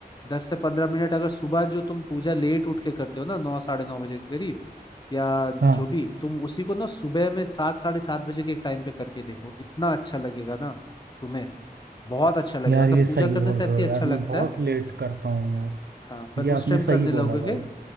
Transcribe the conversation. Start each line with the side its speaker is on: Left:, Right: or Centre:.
Left: दस से पंद्रह मिनट अगर सुबह जो तुम पूजा लेट उठ के करते हो ना नौ साढ़े नौ बजे के करीब या
Right: हाँ
Left: जो भी तुम उसी को ना सुबह में सात साढ़े सात बजे के एक टाइम पे करके देखो इतना अच्छा लगेगा ना तुम्हें बहुत अच्छा लगेगा
Right: यार
Left: मतलब
Right: ये सही
Left: पूजा करने
Right: बोल
Left: से
Right: रहे
Left: ऐसे
Right: हो
Left: ही
Right: यार
Left: अच्छा लगता
Right: मैं बहुत
Left: है
Right: लेट करता हूँ यार
Left: हाँ पर
Right: ये आपने
Left: उस टाइम करने
Right: सही
Left: लगोगे
Right: बोला भाई